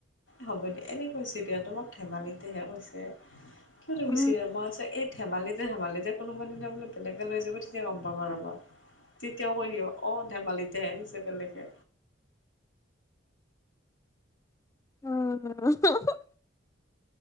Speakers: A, on the left; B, on the left.
A: হ'ব দিয়া এনে হৈছে দিয়া তোমাক ধেমালিতেহে কৈছে কিয় তুমি
B: উম।
A: চিৰিয়া মই আছ এই ধেমালিতে ধেমালিতে কোনোবা দিনা বোলে বেলেগে লৈ যাব তেতিয়া গম পাবা ৰবা। তেতিয়াও কৈ দিব অহ ধেমালিতেহে নিছে বেলেগে
B: উম উহৌ উহ। <unintelligible>